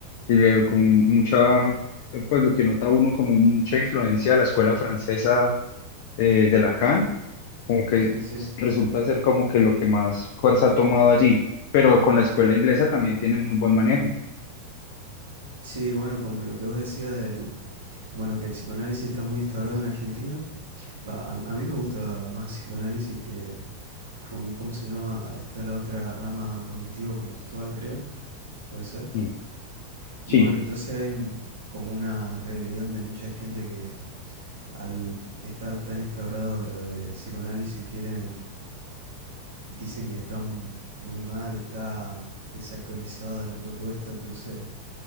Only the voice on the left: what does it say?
Y eh, como mucha, eh, pues lo que nota uno como mucha influencia de la escuela francesa eh, de Lacan, como que
resulta ser como que lo que más fuerza ha tomado allí. Pero con la escuela inglesa también tiene muy buen manejo.
Sí,
sí,